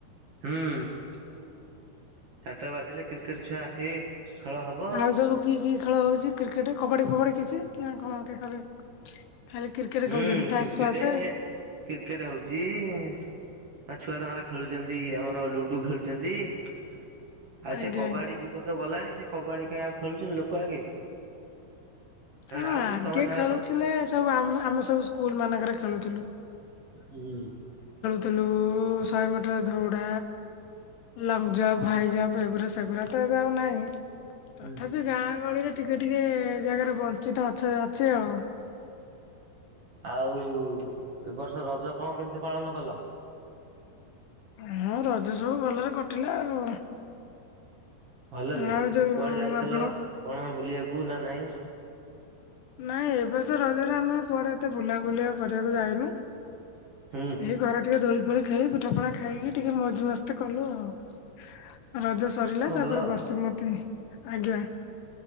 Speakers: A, on the right; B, on the left.
A: ହୁଁ ଚାରିଟା ବାଜିଲେ କ୍ରିକେଟ ଛୁଆ ଆସିବେ ଖେଳ ହବ
B: ଆଉ ସବୁ କି କି ଖେଳ ହଉଛି କ୍ରିକେଟ୍ କବାଡ଼ି ଫୋବାଡି କିଛି ନା କଣ କି ଖାଲି ଖାଲି କ୍ରିକେଟ
A: ହୁଁ
B: ଖେଳୁଛନ୍ତି ତାସ
A: କ୍ରିକେଟ୍
B: ଫାସ
A: କ୍ରିକେଟ୍ ହଉଛି। ଆ ଛୁଆ ତାଙ୍କର ଖେଳୁଛନ୍ତି ଆମର ଲୁଡୁ ଖେଳୁଛନ୍ତି। ଆଉ
B: ଆଜ୍ଞା।
A: ସେ କବାଡି ଯୁଗ ତ ଗଲାଣି ସେ କବାଡି କାଇହି ଆଉ ଖେଳୁଛନ୍ତି ଲୋକ ଆଗେ।
B: ହଁ
A: ଆଉ
B: ଆଗେ
A: ତମେ ଯାହା
B: ଖେଳୁଥିଲେ ସବୁମ ଆମେ ସବୁ ସ୍କୁଲ ମାନଙ୍କରେ ଖେଳୁଥିଲୁ।
A: ହୁଁ।
B: ଥିଲୁ ଶହେ ମିଟର ଧଉଡା ଲଙ୍ଗ୍ ଜମ୍ପ୍ ହାଇ ଜମ୍ପ୍। ଏଗୁରା ସେଗୁରା ତ ଏବେ ଆଉ ନାହିଁ ତଥାପି
A: ହୁଁ।
B: ଗାଁ ଗହଳିରେ ଟିକେ ଟିକେ ଜାଗାରେ ବଞ୍ଚି ତ ଅଛି- ଅଛି ଆଉ।
A: ଆଉ ଏ ବର୍ଷ ରଜ କଣ କେମିତି ପାଳନ କଲ।
B: ହଁ ରଜ ସବୁ ଭଲରେ କଟିଲା ଆଉ।
A: ଭଲରେ
B: ଆଉ ଯୋଉ
A: କୁଆଡେ ଯାଇଥିଲ
B: ଆପଣ
A: କଣ ବୁଲିବାକୁ ନା ନାଇଁ
B: ନାଇଁ ଏ ବଛ ରଜରେ ଆମେ କୁଆଡେ ଏତେ ବୁଲାବୁଲି କରିବାକୁ ଯାଇନୁ।
A: ହୁଁ
B: ଏଇ ଘରେ ଟିକେ ଦୋଳି ଫୋଳି ଖେଳି ପିଠା ପଣା ଖାଇକି ଟିକେ ମୋଜ ମସ୍ତି କଲୁ ଆଉ। ରଜ ସରିଲା
A: ଭଲ
B: ତାପରେ
A: ଆଉ।
B: ବସୁମତି ଆଜ୍ଞା